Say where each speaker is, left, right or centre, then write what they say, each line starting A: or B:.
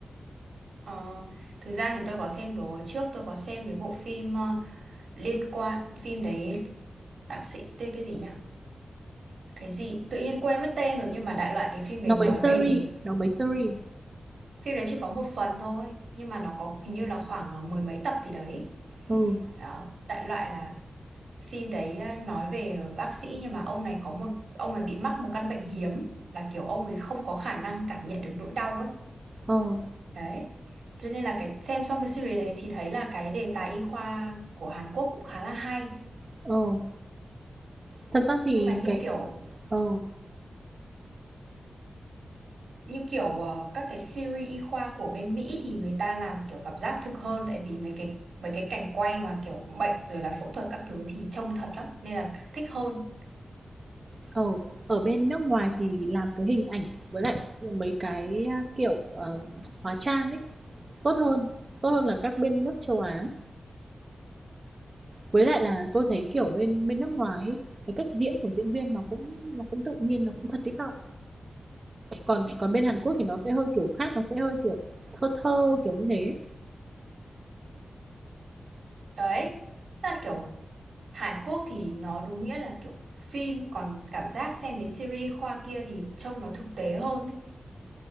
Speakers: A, on the right; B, on the right.
A: ờ thực ra thì tôi có xem rồi trước tôi có xem cái bộ phim ờ, liên quan phim đấy bác sĩ tên cái gì nhỉ cái gì tự nhiên quên mất tên rồi nhưng mà đại loại cái phim đấy
B: Nó
A: nói
B: mấy series,
A: về
B: nó mấy series.
A: phim đấy chỉ có một phần thôi nhưng mà nó có hình như là khoảng ờ, mười mấy tập thì đấy
B: Ừ,
A: đó đại loại là phim đấy à, nói về bác sĩ nhưng mà ông này có một ông này bị mắc một căn bệnh hiếm là kiểu ông ấy không có khả năng cảm nhận được nỗi đau ấy
B: ờ,
A: đấy cho nên là cái xem xong cái series đấy thì thấy là cái đề tài y khoa của Hàn Quốc cũng khá là hay
B: ờ. Thật ra thì
A: nhưng mà như
B: cái
A: kiểu
B: ờ.
A: như kiểu ờ, các cái series y khoa của bên Mỹ thì người ta làm kiểu cảm giác thực hơn tại vì mấy cái mấy cái cảnh quay mà kiểu bệnh rồi là phẫu thuật các thứ thì trông thật lắm nên là thích hơn
B: Ờ, ở bên nước ngoài thì làm cái hình ảnh với lại mấy cái à, kiểu ờ, hóa trang ấy tốt hơn, tốt hơn là các bên nước châu Á. Với lại là tôi thấy kiểu bên bên nước ngoài ấy, cái cách diễn của diễn viên nó cũng nó cũng tự nhiên, nó cũng thật đấy bạn. Còn còn bên Hàn Quốc thì nó sẽ hơi kiểu khác, nó sẽ hơi kiểu thơ thơ kiểu như thế.
A: Đấy, là kiểu Hàn Quốc thì nó đúng nghĩa là kiểu phim còn cảm giác xem mấy series khoa kia thì trông nó thực tế hơn ấy.